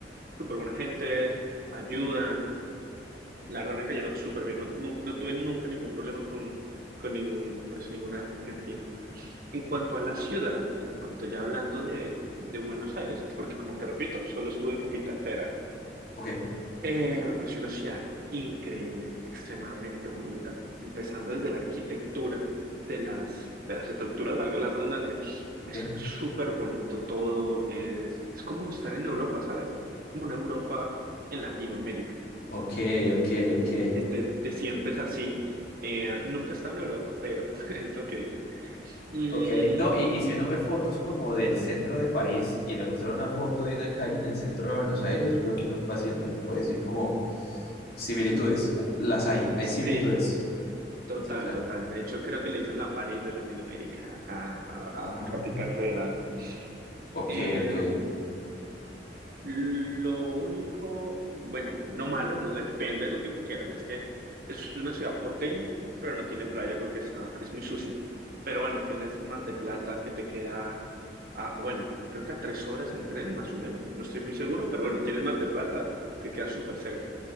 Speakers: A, on the right; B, on the left.
A: súper buena gente, ayudan. La verdad me cayeron súper bien. No, nu- no tuve nunca ningún problema con, con ningún, pues, ningún argentino. En cuanto a la ciudad, en cuanto ya hablando de, de Buenos Aires, porque como te repito, solo estuve en Capital Federal.
B: Ok,
A: Eh, me pareció una ciudad increíble, extremadamente bonita, empezando desde la arquitectura de las, de las estructuras, valga la redundancia.
B: ok,
A: Es súper bonito todo, es, es como estar en Europa, ¿sabes? Es como una Europa en Latinoamérica.
B: ok, ok, ok.
A: te, te- te sientes así. Eh, nunca he estado en Europa, pero <laughs> es lo que dicen. Mm,
B: Ok, no, y, y si uno ve fotos como del centro de París y le muestra una foto de una calle en el centro de Buenos Aires, yo creo que uno fácilmente puede decir como similitudes, las hay, hay
A: sí,
B: similitudes.
A: total,
B: Sí, claro.
A: total. De hecho, creo que le dicen la París de Latinoamérica a, a- a-
B: Ah,
A: a Capital Federal.
B: ok,
A: Eh,
B: ok,
A: Lo único, bueno, no malo, no depende de lo que tú quieras. Es que es una ciudad porteña, pero no tiene playa porque está, es muy sucia. Pero bueno, tienes Mar de Plata que te queda a, bueno, creo que a tres horas en tren, más o menos. No estoy muy seguro, pero bueno, tienes Mar de Plata, te queda súper cerca.